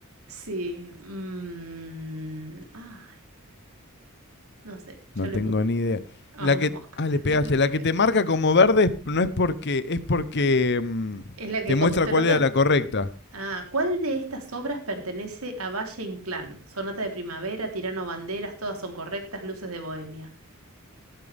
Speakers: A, on the right; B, on the left.
A: Sí, mm, ay, no sé, yo
B: No
A: le
B: tengo
A: puse
B: ni idea.
A: a
B: La
A: una
B: que.
A: mosca.
B: Ah, le
A: <laughs>
B: pegaste. La que te marca como verde no es porque. Es porque. mm,
A: ¿Es la que
B: te
A: contestó
B: muestra cuál
A: el otro?
B: era la correcta.
A: Ah, ¿cuál de estas obras pertenece a Valle Inclán? Sonata de primavera, Tirano Banderas, todas son correctas, Luces de Bohemia.